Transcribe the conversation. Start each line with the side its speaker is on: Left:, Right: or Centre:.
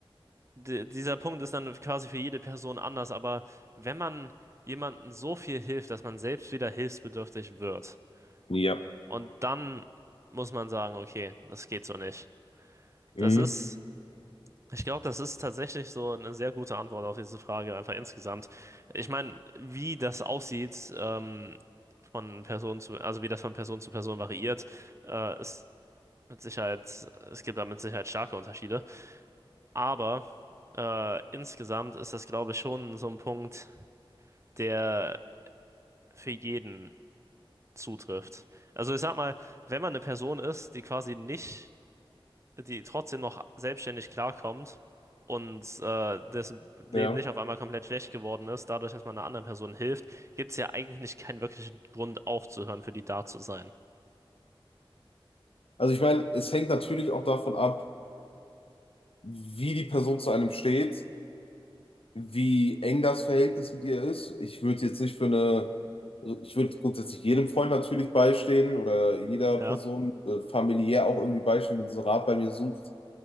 Right: di- dieser Punkt ist dann quasi für jede Person anders, aber wenn man jemandem so viel hilft, dass man selbst wieder hilfsbedürftig wird,
Left: Ja.
Right: und dann muss man sagen, okay, das geht so nicht.
Left: Mhm.
Right: Das ist, ich glaube, das ist tatsächlich so eine sehr gute Antwort auf diese Frage, einfach insgesamt. Ich meine, wie das aussieht, ähm, von Person zu, also wie das von Person zu Person variiert, äh, ist Mit Sicherheit, es gibt da mit Sicherheit starke Unterschiede. Aber äh, insgesamt ist das, glaube ich, schon so ein Punkt, der für jeden zutrifft. Also ich sag mal, wenn man eine Person ist, die quasi nicht, die trotzdem noch selbstständig klarkommt und äh, dessen Leben
Left: Ja.
Right: nicht auf einmal komplett schlecht geworden ist, dadurch, dass man einer anderen Person hilft, gibt es ja eigentlich keinen wirklichen Grund aufzuhören, für die da zu sein.
Left: Also ich meine, es hängt natürlich auch davon ab, wie die Person zu einem steht, wie eng das Verhältnis mit ihr ist. Ich würde jetzt nicht für eine, also ich würde grundsätzlich jedem Freund natürlich beistehen oder jeder
Right: Ja,
Left: Person äh, familiär auch irgendwie beistehen, wenn sie Rat bei mir sucht.